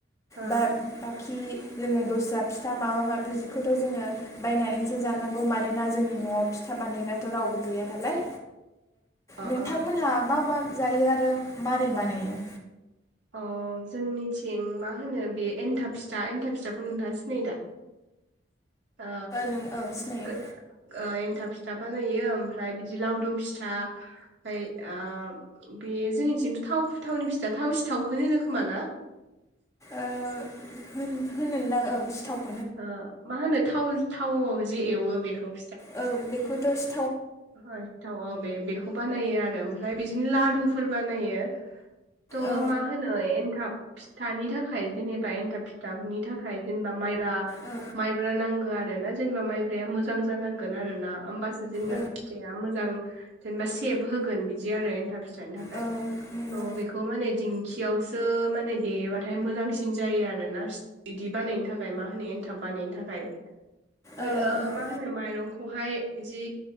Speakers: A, on the right; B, on the left.
A: ओ
B: बाद बाखि जोङो दस्रा फिथा माबा माबिखौथ' जोङो बायनानैसो जानांगौ मानोना जोंनि न'आव फिथाब बानायग्राथ' रावबो गैया नालाय।
A: अ
B: नोंथांमोनहा
A: अ
B: मा मा? जायो आरो मारै बानायो?
A: अ जोंनिथिं मा होनो बे एन्थाब फिथा एन्था फिथाखौ नोंथाङा सिनायो दा? ओ
B: नों औ सिनायो
A: गो ओ एन थाब फिथा बानायो ओमफ्राय बिदि लावदुम फिथा ओमफ्राय ओ बे जोंनिथिंथ थाव थावनि फिथा थाव सिथावखौ होनो खोमा ना? <inaudible>
B: ओ होन होनन्दां औ सिथाव
A: ओ मा हानो। थाव थावआव जे एवो बेखौ।
B: औ बेखौथ' सि
A: है थानाय बे बेखौ बानायो आरो ओमफ्राय बिदिनो लादुफोर बानायो। थ
B: औ
A: मा होनो एनथाब। फिथानि थाखाय जेनेबा एन्थाब फिथफोरनि थाखाय जेनेबा माइब ब्रा
B: औ
A: माइब्रा नांगौ आर आरो ना जेनेबा माइब्राया मोजां जानांगोन आरोना ओमबासो जेनेबा।
B: औ
A: फिथाइआ मोजां जेनेबा सेब होगोन बिदि आरो एन्थाब फि फिथानो थाखाय
B: औ नंगौ
A: थ बेखौ माने दिं खियावसो माने देयोबाथाय मोजांसिन जायो आर ना बिदि बानायनो थाखाय मा होनो एन्थाब बानायनो थाखाय। ओइ
B: औ
A: ओ
B: औ
A: मा होनो माइरंखौहाय जि